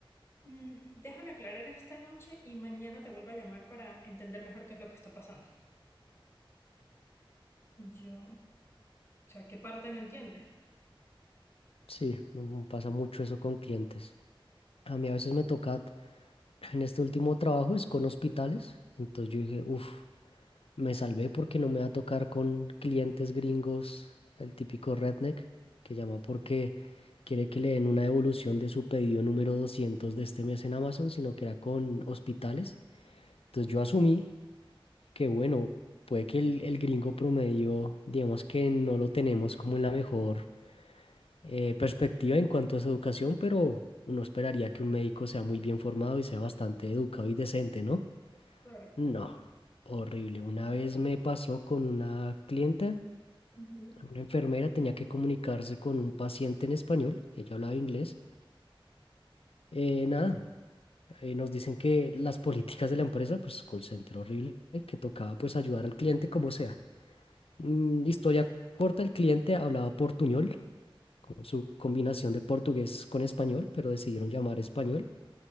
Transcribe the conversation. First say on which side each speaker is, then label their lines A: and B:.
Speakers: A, on the left (about 25°); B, on the left (about 85°).
A: mm, déjame aclarar esta noche y mañana te vuelvo a llamar para entender mejor qué es lo que está pasando. Y yo, o sea, ¿qué parte no entiendes?
B: Sí, mm, pasa mucho eso con clientes. A mí a veces me toca, en este último trabajo es con hospitales, entonces yo dije, uff. Me salvé porque no me va a tocar con clientes gringos, el típico redneck, que llama porque quiere que le den una devolución de su pedido número 200 de este mes en Amazon, sino que era con hospitales. Entonces yo asumí que, bueno, puede que el, el gringo promedio, digamos que no lo tenemos como en la mejor eh, perspectiva en cuanto a su educación, pero uno esperaría que un médico sea muy bien formado y sea bastante educado y decente, ¿no?
A: Claro.
B: No. Horrible. Una vez me pasó con una clienta.
A: Ujú.
B: Una enfermera tenía que comunicarse con un paciente en español y ella hablaba inglés. Eh, nada, eh, nos dicen que las políticas de la empresa, pues call center horrible, eh, que tocaba pues ayudar al cliente como sea. Mm, historia cu- corta, el cliente hablaba portuñol, con su combinación de portugués con español, pero decidieron llamar español.